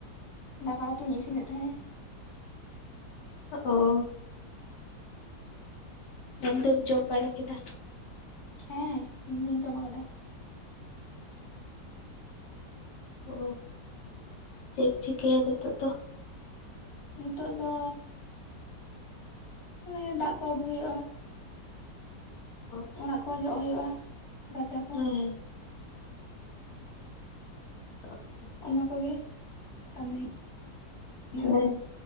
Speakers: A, on the left (about 20°); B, on the left (about 75°).
A: ᱫᱟᱠᱟ ᱩᱛᱩᱧ ᱤᱥᱤᱱᱮᱫ ᱛᱟᱦᱮᱸᱫ᱾
B: ᱚ, ᱡᱚᱢ ᱫᱚᱢ ᱡᱚᱢ ᱵᱟᱲᱟ ᱠᱮᱫᱟ?
A: ᱦᱮᱸ ᱤᱧᱫᱩᱧ ᱡᱚᱢ ᱟᱠᱟᱫᱟ᱾
B: ᱚ ᱪᱮᱜ ᱮᱢ ᱪᱤᱠᱟᱹᱭᱟ ᱱᱤᱛᱚᱜ ᱫᱚ?
A: ᱱᱤᱛᱟᱹᱜ ᱫᱚ ᱚᱱᱮ ᱫᱟᱜ ᱠᱚ ᱟᱹᱜᱩ ᱦᱩᱭᱩᱜᱼᱟ,
B: ᱚ
A: ᱚᱲᱟᱜ ᱠᱚ ᱡᱚᱜ ᱦᱳᱭᱳᱜᱼᱟ ᱨᱟᱪᱟ ᱠᱚ᱾
B: ᱦᱮᱸ <unintelligible>
A: ᱚᱱᱟ ᱠᱚᱜᱮ ᱠᱟᱹᱢᱤ᱾ ᱦᱩᱭᱩᱜᱼᱟ
B: ᱦᱮᱸ,